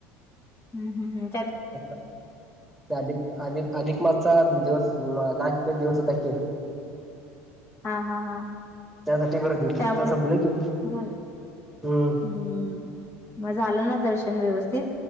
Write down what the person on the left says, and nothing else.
हम् हम् हम्
हा हा हा
त्यामुळे
गर-
हम्म मग झालं ना दर्शन व्यवस्थित,